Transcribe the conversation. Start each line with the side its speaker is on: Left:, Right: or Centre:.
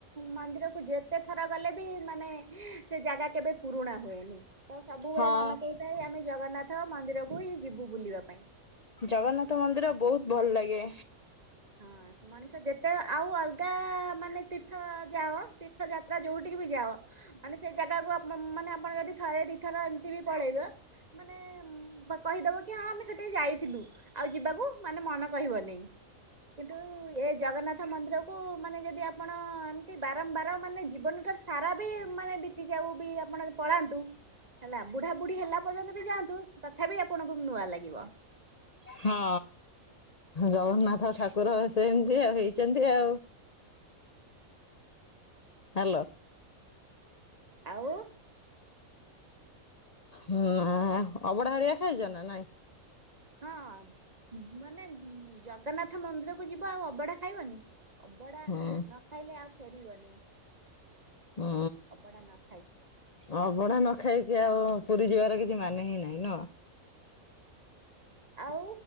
Right: ମନ୍ଦିର କୁ ଯେତେ ଥର ଗଲେ ବି ମାନେ ସେ ଜାଗା କେବେ ପୁରୁଣା ହୁଏନି। ତ ସବୁବେଳେ
Left: ହଁ
Right: ମନେ କହୁଥାଏ ଆମେ ଜଗନ୍ନାଥ ମନ୍ଦିରକୁ ହିଁ ଯିବୁ ବୁଲିବା ପାଇଁ।
Left: ଜଗନ୍ନାଥ ମନ୍ଦିର ବହୁତ ଭଲ ଲାଗେ।
Right: ହଁ। ମଣିଷ ଯେତେ ଆଉ ଅଲଗା ମାନେ ତୀର୍ଥ ଯାଅ ତୀର୍ଥ ଯାତ୍ରା ଯୋଉଠିକି ବି ଯାଅ ମାନେ ସେଇ ଜାଗାକୁ ଆପ ମାନେ ଆପଣ ଯଦି ଥରେ ଦିଇଥର ଏମିତି ବି ପଳେଇବେ ମାନେ କହିଦବ କି ହଁ ଆମେ ସେଠିକି ଯାଇଥିଲୁ ଆଉ ଯିବାକୁ ମାନେ ମନ କହିବନି। କିନ୍ତୁ ଏ ଜଗନ୍ନାଥ ମନ୍ଦିରକୁ ମାନେ ଯଦି ଆପଣ ଏମିତି ବାରମ୍ବାର ମାନେ ଜୀବନଟା ସାରା ବି ମାନେ ବିତି ଯାଉ ବି ଆପଣ ପଳାନ୍ତୁ ହେଲା ବୁଢା ବୁଢୀ ହେଲା ପର୍ଯ୍ୟନ୍ତ ବି ଯାଆନ୍ତୁ ତଥାପି ଆପଣଙ୍କୁ ନୂଆ ଲାଗିବ।
Left: ହଁ ଜଗନ୍ନାଥ ଠାକୁର ସେମତି ଆଉ ହେଇଛନ୍ତି ଆଉ। ହ୍ୟାଲୋ।
Right: ଆଉ
Left: ନା ଅବଢା ହାରିଆ ଖାଇଛ ନା ନାଇଁ
Right: ହଁ ମାନେ ଜଗନ୍ନାଥ ମନ୍ଦିରକୁ ଯିବ ଆଉ ଅବଢା ଖାଇବନି। ଅବଡା
Left: ହୁଁ
Right: ନ ଖାଇଲେ ଆଉ ଫେରିବନି।
Left: ହୁଁ।
Right: ଅବଢା ନ ଖାଇକି
Left: ଅବଢା ନ ଖାଇକି ଆଉ ପୁରୀ ଯିବାର କିଛି ମାନେ ହିଁ ନାହିଁ ନୁହଁ।
Right: ଆଉ